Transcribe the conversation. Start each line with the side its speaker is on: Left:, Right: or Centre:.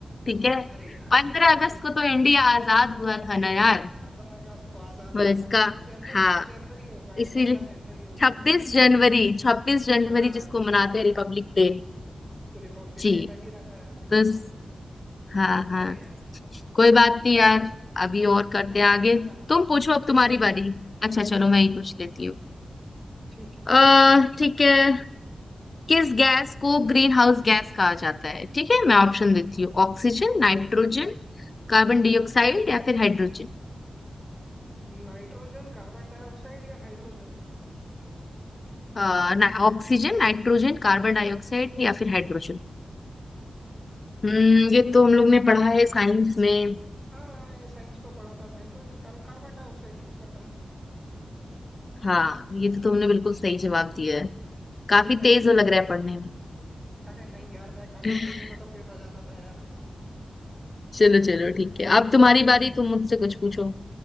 Left: ठीक है
Right: अरे यार
Left: पंद्रह अगस्त
Right: ठीक
Left: को
Right: है
Left: तो इंडिया आजाद हुआ था ना यार
Right: पंद्रह अगस्त को आजाद हुआ
Left: तो इसका
Right: था जनवरी
Left: हाँ
Right: जनवरी होगा ये
Left: इसीलिए
Right: पक्का जनवरी होगा
Left: छब्बीस जनवरी छब्बीस जनवरी
Right: हाँ
Left: जिसको
Right: छब्बीस
Left: मनाते हैं
Right: जनवरी
Left: रिपब्लिक डे
Right: रिपब्लिक
Left: जी
Right: डे लग ही रहा था यार मेरे
Left: बस
Right: को
Left: हाँ हाँ
Right: अरे यार
Left: कोई बात नहीं यार
Right: चलो
Left: अभी और करते
Right: एक और
Left: हैं आगे
Right: पूछो चलो
Left: तुम पूछो अब तुम्हारी
Right: एक और
Left: बारी अच्छा चलो मैं ही पूछ लेती हूँ
Right: ठीक
Left: अः ठीक है किस गैस को ग्रीन हाउस गैस कहा जाता है ठीक है मैं ऑप्शन देती हूँ ऑक्सीजन नाइट्रोजन कार्बन डाइऑक्साइड या फिर हाइड्रोजन
Right: है नाइट्रोजन कार्बन डाइऑक्साइड या हाइड्रोजन
Left: अ, ना ऑक्सीजन नाइट्रोजन कार्बन डाइऑक्साइड या फिर हाइड्रोजन हम्म ये तो हम लोग ने पढ़ा है साइंस में
Right: हाँ ये साइंस में पढ़ा था नाइट्रोजन कार, कार्बन डाइऑक्साइड चूज करता हूँ
Left: हाँ ये तो तुमने बिल्कुल सही जवाब दिया है काफी
Right: कार्बन
Left: तेज
Right: डाइ-
Left: हो लग रहा है पढ़ने में
Right: अरे नहीं यार मैं कहाँ से तेज
Left: <laughs>
Right: हूँ मैं तो फेल हो जाता था यार
Left: चलो चलो ठीक है अब तुम्हारी बारी तुम मुझसे कुछ पूछो